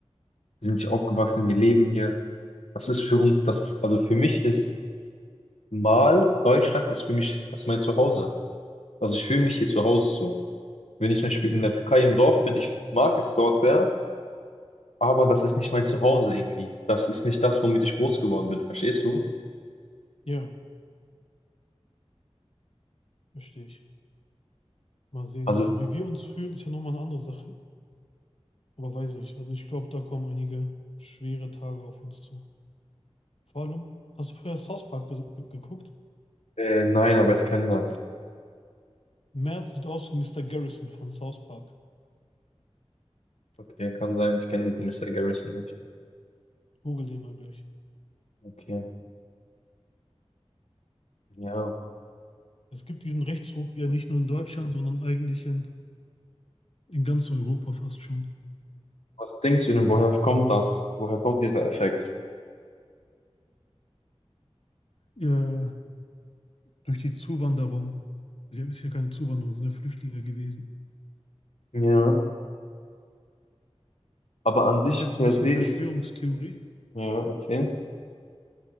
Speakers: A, on the left; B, on the left.
A: Wir sind hier aufgewachsen. Wir leben hier. Das ist für uns, das, also für mich ist mal Deutschland ist für mich, das ist mein Zuhause. Also ich fühle mich hier zu Hause so. Wenn ich zum Beispiel in der Türkei im Dorf bin, ich mag es dort sehr, aber das ist nicht mein Zuhause irgendwie. Das ist nicht das, womit ich groß geworden bin. Verstehst du?
B: Ja, verstehe ich. Mal sehen.
A: Also,
B: Also wie wir uns fühlen, ist ja nochmal eine andere Sache. Aber weiß nicht. Also ich glaube, da kommen einige schwere Tage auf uns zu. Vor allem, hast du früher South Park ge ge geguckt?
A: äh, nein, aber ich kenne das.
B: Merz sieht aus wie Mister Garrison von South Park.
A: Okay, kann sein. Ich kenne diesen Mister Garrison nicht.
B: Google den mal gleich.
A: Okay, ja.
B: Es gibt diesen Rechtsruck ja nicht nur in Deutschland, sondern eigentlich in, in ganz Europa fast schon.
A: Was denkst du denn, woher kommt das? Woher kommt dieser Effekt?
B: Ja, durch die Zuwanderung. Sie ist ja keine Zuwanderung, sind ja Flüchtlinge gewesen.
A: Ja. Aber an sich
B: Ist jetzt
A: per
B: ein bisschen
A: se
B: Verschwörungstheorie,
A: ist, ja, erzähl.